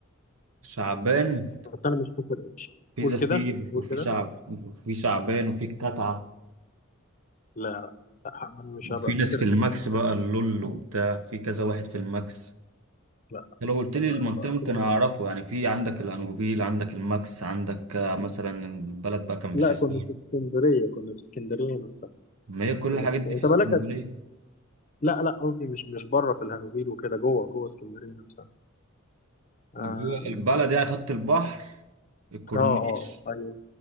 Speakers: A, on the right; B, on the left.
A: شعبان
B: بس انا مش فاكر ايش
A: في
B: قول
A: زفير
B: كده قول
A: وفي
B: كده
A: شعب وفي شعبان وفي القطعه
B: لا لا لا انا مش هبقى
A: في
B: افتكر
A: ناس في
B: الاسم
A: الماكس بقى اللول وبتاع في كذا واحد في الماكس
B: لا
A: أنت لو قلت
B: هبقى
A: لي المنطقة
B: هبقى افتكر
A: ممكن أعرفه يعني في عندك الأنوفيل عندك الماكس عندك آه، مثلا بلد بقى كان
B: لا
A: بشيزور
B: كنا في اسكندريه كنا في اسكندريه نفسها
A: ما هي كل
B: كنا
A: الحاجات
B: في اسكندريه
A: دي
B: انت
A: في اسكندرية
B: بالك قد- لا لا قصدي مش مش بره في الهانوفيل وكده جوه جوه اسكندريه نفسها اه
A: جوه البلد يعني خط البحر الكورنيش
B: اه, آه. ايوه